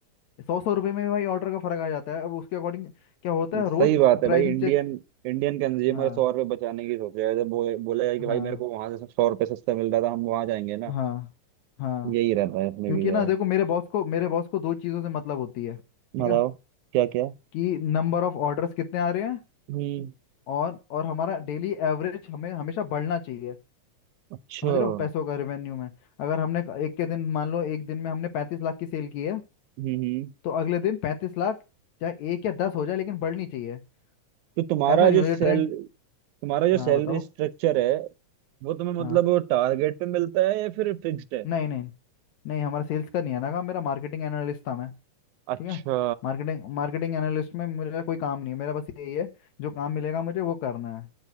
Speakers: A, on the left; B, on the right.
A: सौ सौ रुपये में भी भाई ऑर्डर का फ़र्क आ जाता है अब उसके अकॉर्डिंग क्या होता है
B: सही
A: रोज़
B: बात
A: प्राइसिंग
B: है भाई इंडियन
A: चेक
B: इंडियन कंज्यूमर
A: हाँ
B: सौ रुपये बचाने की सोच रहा है जब बो, बोला जाए कि भाई
A: हाँ
B: मेरे को वहां से सौ रुपये सस्ता मिल रहा था हम वहां जाएंगे ना
A: हाँ हाँ
B: यही रहता है इसमें
A: क्योंकि
B: भी यार
A: ना देखो मेरे बॉस को मेरे बॉस को दो चीज़ों से मतलब होती है ठीक
B: बताओ
A: है
B: क्या क्या
A: कि नंबर ऑफ ऑर्डर्स कितने आ रहे हैं
B: हम्म
A: और और हमारा डेली एवरेज हमें हमेशा बढ़ना चाहिए समझ
B: अच्छा हम्म
A: रहे हो पैसों का रेवेन्यू में अगर हमने क- एक के दिन मान लो एक दिन में हमने पैंतीस लाख की सेल की है
B: हम्म।
A: तो अगले दिन पैंतीस लाख चाहे एक या दस हो जाए लेकिन बढ़नी चाहिए
B: तो तुम्हारा
A: ऐसा नहीं
B: जो
A: हो
B: सेल
A: ये ट्रेंड
B: तुम्हारा जो
A: हाँ
B: सैलरी
A: बताओ
B: स्ट्रक्चर है वो तुम्हें
A: हाँ
B: मतलब टारगेट पे मिलता है या फिर फिक्स्ड है
A: नहीं नहीं नहीं हमारा सेल्स का नहीं है ना काम मेरा मार्केटिंग एनालिस्ट था मैं
B: अच्छा
A: ठीक है मार्केटिंग मार्केटिंग एनालिस्ट में मेरा कोई काम नहीं है मेरा बस यही है जो काम मिलेगा मुझे वो करना है